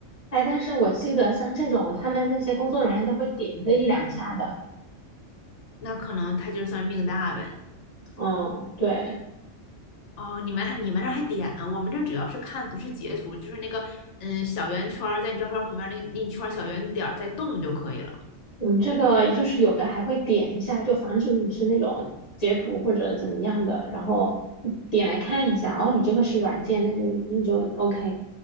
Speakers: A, on the left (about 40°); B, on the left (about 70°).
A: 哎，但是我记得像这种，他们那些工作人员都会点个一两下的。
B: 那可能他就算命大呗。
A: 嗯，对。
B: 哦，你们还你们那儿还点啊？我们这儿主要是看不是截图，就是那个嗯小圆圈儿在你照片旁边那那一圈儿小圆点儿在动就可以了。
A: 我们这个就是有的还会点一下，就防止你是那种截图或者怎么样的，然后点来看一下，哦，你这个是软件，那就那就 OK。